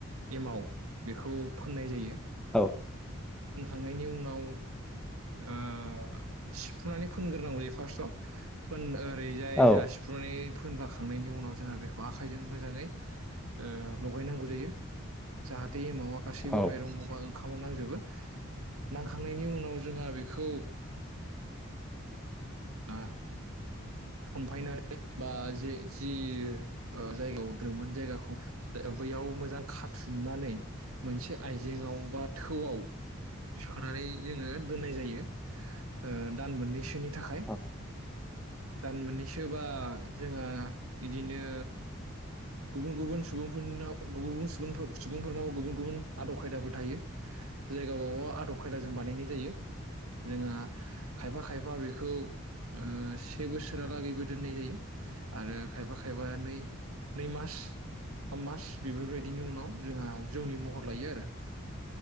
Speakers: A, on the right; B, in the centre.
A: एमाव बेखौ फोननाय जायो।
B: औ।
A: फोनखांनायनि उनाव ओ सिफ्रुनानै फोनगोरनांगौ जायो फार्स्टआव फोनन ओरैजाय
B: औ
A: जाहा सिफ्रुनानै फोनलाखांनायनि उनाव जोंहा बेखौ आखाइजों मोजाङै ओ लगायनांगौ जायो। जाहाथ दै एमावा गासैबो
B: औ
A: माइरं मबा खाव नांजोबो नांखांनायनि उनाव जोंहा बेखौ ओ ओ थनफायनानै बा जे जि जायगायाव दोमोन जायगाखौ बैयाव मोजां खाथुमनानै मोनसे आइजेेंआव बा थौआव सोनानै जोङो दोननाय जायो यो ओ दान मोननैसोनि थाखाय
B: <inaudible>
A: दान मोननैसोबा जोंहा इदिनो गुबुन गुबुन सुबुंफोरनाव गुबुन गुबुन सुबुंफोरनाव गुबुन गुबुन आदब खायदाफोर थायो जायगाबाव आदब खायदाजों बानायनाय जायो जोंहा खायफा खायफा बेखौ ओ से बोसोरालागैबो दोननाय जायो आरो खायफा खायफा नै नै मास थाम मास बेफोरबायदिनि उनाव जोंहा जौनि महर लायो आरो